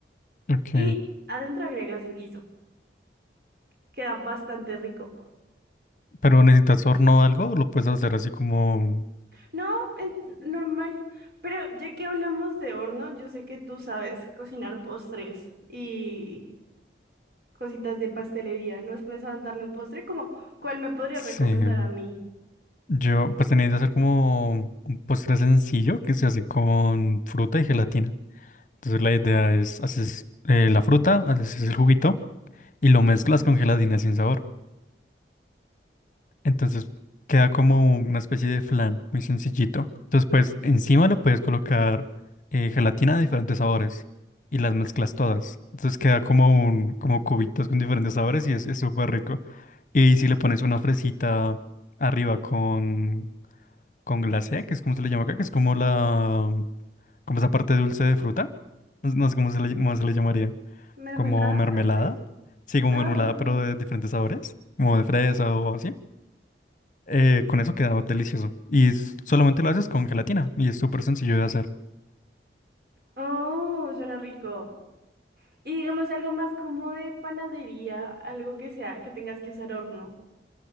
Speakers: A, on the left; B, on the right.
A: Ok,
B: Y adentro agregas el guiso. Queda bastante rico.
A: Pero necesitas horno o algo, o lo puedes hacer así como.
B: No, en- normal. Pero ya que hablamos de horno, yo sé que tú sabes cocinar postres y cositas de pastelería. ¿No has pensado en darle un postre? Como, ¿cuál me podría
A: Sí.
B: recomendar a mí?
A: Yo, pues tenéis que hacer como un postre sencillo que se hace con fruta y gelatina. Entonces la idea es, haces eh, la fruta, haces el juguito y lo mezclas con gelatina sin sabor. Entonces queda como una especie de flan muy sencillito. Entonces, pues encima lo puedes colocar eh, gelatina de diferentes sabores y las mezclas todas. Entonces queda como un, como cubitos con diferentes sabores y es es súper rico. Y si le pones una fresita arriba con, con glacé, que es como se le llama acá, que es como la, como esa parte dulce de fruta. No, no sé cómo se le, cómo se le llamaría.
B: ¿Mermelada,
A: Como mermelada.
B: tal vez?
A: Sí, como
B: Oh,
A: mermelada, pero de diferentes sabores. Como de fresa o así. Eh, con eso queda delicioso. Y es- solamente lo haces con gelatina y es súper sencillo de hacer.
B: oh, suena rico. Y digamos algo más como de panadería, algo que sea, que tengas que usar horno.